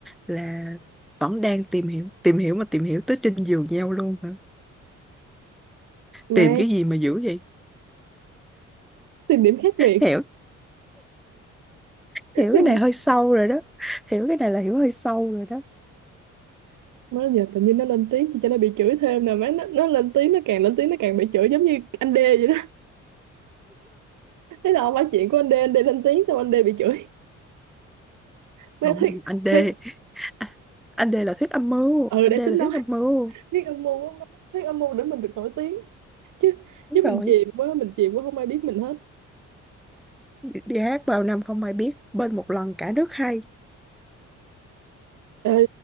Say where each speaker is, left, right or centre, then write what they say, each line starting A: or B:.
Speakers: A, in the centre; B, on the right.
A: là vẫn đang tìm hiểu tìm hiểu mà tìm hiểu tới trên giường nhau luôn hả
B: mà
A: tìm cái gì mà dữ vậy
B: tìm điểm khác biệt
A: hiểu
B: <laughs>
A: hiểu
B: tìm
A: cái này hơi sâu rồi đó hiểu cái này là hiểu hơi sâu rồi đó
B: má giờ tự nhiên nó lên tiếng chị cho nó bị chửi thêm nè má nó, nó lên tiếng nó càng lên tiếng nó càng bị chửi giống như anh D vậy đó thế là không phải chuyện của anh D anh D lên tiếng xong anh D bị chửi má
A: không
B: thuyết
A: anh D
B: thuyết
A: à, anh D là thuyết âm mưu
B: ừ
A: anh
B: để
A: D là
B: tính
A: thuyết âm mưu
B: Thiết âm mưu á má. Thiết âm mưu để mình được nổi tiếng chứ
A: đúng
B: chứ
A: rồi
B: mình chìm quá mình chìm quá không ai biết mình hết
A: đi hát vào năm không ai biết bên một lần cả nước hay
B: ê